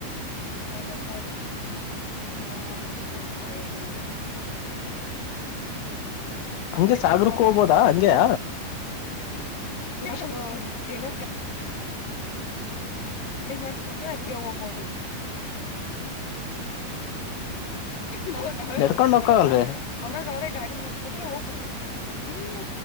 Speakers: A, on the left (about 50°); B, on the left (about 75°).
A: ಸಾಗರ ಸಾಗರ್ ಹಾ ಮಸ್ತ್ ಇತೆ ಸಾಗರ ಬಣತದೆ
B: ಹಂಗೆ
A: ಅಲ್ಲಿ
B: ಸಾಗರಕ್ಕ
A: ಕರ್ಕೊಂಡ್ ಹೋಗ್ತೀನಿ
B: ಹೋಗ್ಬೋದಾ ಹಂಗ್ಯಾ
A: ಯ ಏನ ರಡಿ ಮಾಡಸ್ಕೊಟ್ರೆ ಹಂಗೆ ಹೋಗಬೋದು. ನಾವ ನಾವೇ
B: ನಡ್ಕೊಂಡ್
A: ಹೋಗಕ್
B: ಹೋಗಕ್ಕಾಗಲ್ವೇ
A: ಬರಲ್ಲ ಅವ್ರಾಗ ಅವರೆ ಗಾಡಿ ಮಾಡಸ್ಕೊಟ್ರೆ ಹೋಗಬರು ಇಲ್ಲ